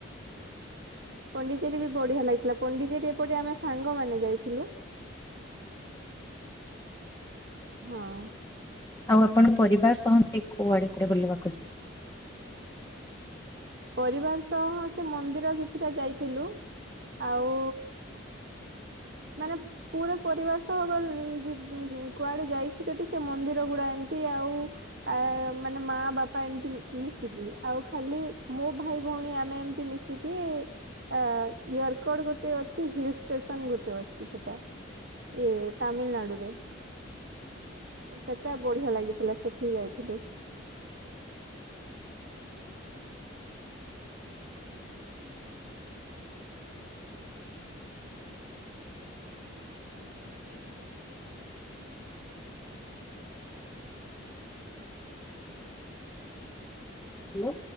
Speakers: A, on the right; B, on the left.
A: ପଣ୍ଡିଚେରୀ ବି ବଢିଆ ଲାଗିଥିଲା। ପଣ୍ଡିଚେରୀ ଏପଟେ ଆମେ ସାଙ୍ଗମାନେ ଯାଇଥିଲୁ। ହଁ
B: ଆଉ ଆପଣ ପରିବାର ସମସ୍ତେ କୁଆଡେ କୁଆଡେ ବୁଲିବାକୁ ଯାଆନ୍ତି।
A: ପରିବାର ସହ ସେ ମନ୍ଦିର କିଛିଟା ଯାଇଥିଲୁ ଆଉ। ମାନେ ପୁରା ପରିବାର ସହ ଏନ ତି ଯିବୁ କୁଆଡେ ଯାଇଛୁ ଯଦି ସେ ମନ୍ଦିର ଗୁଡା ଏମିତି ଆଉ ଆଁ ମାନେ ମା ବାପା ଏମତି ମିଶିକି ଆଉ ଖାଲି ମୁଁ ଭାଇ ଭଉଣୀ ଆମେ ଏମତି ମିଶିକି ମିଶିକି ଆଁ ୟରକଡ଼ ଗୋଟେ ଅଛି ହିଲ୍ ଷ୍ଟେସନ ଗୋଟେ ଯଉ ଅଛି ସେଇଟା ଏଇ ତାମିଲନାଡୁ ରେ। ସେଟା ବଢିଆ ଲାଗିଥିଲା ସେଠି ଯାଇଥିଲୁ।
B: ହେଲୋ।